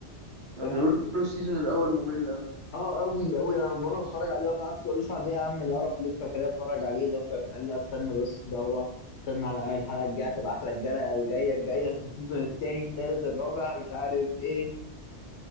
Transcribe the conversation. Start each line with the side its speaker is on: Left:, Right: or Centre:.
Right: ما
Left: فاهم
Right: بيقولوا السيزون الاول ممل أوي.
Left: اه قوي قوي انا وانا بتفرج عليه والله قعدت اقول صعب ايه يا عم القرف اللي انت مخليني اتفرج عليه ده مش عارف قال لا استنى بس ده هو استنى على الحلقه الجايه تبقى احلى الجايه الجايه الجايه السيزون التاني التالت الرابع مش عارف ايه